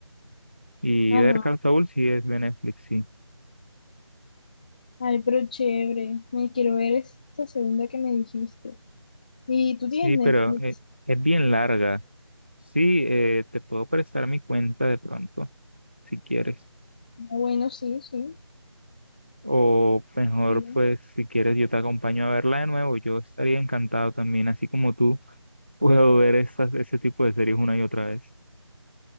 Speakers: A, on the right; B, on the left.
A: Y
B: Ajá,
A: ver Call Saul sí es de Netflix, sí.
B: ay, pero chévere, me quiero ver esa segunda que me dijiste. ¿Y tú tienes
A: Sí, pero
B: Netflix?
A: eh, es bien larga. Sí, eh, te puedo prestar mi cuenta de pronto, si quieres.
B: Ah, Bueno, sí, sí.
A: O mejor,
B: Bueno,
A: pues, si quieres, yo te acompaño a verla de nuevo. Yo estaría encantado también, así como tú, <laughs> puedo ver esas, ese tipo de series una y otra vez.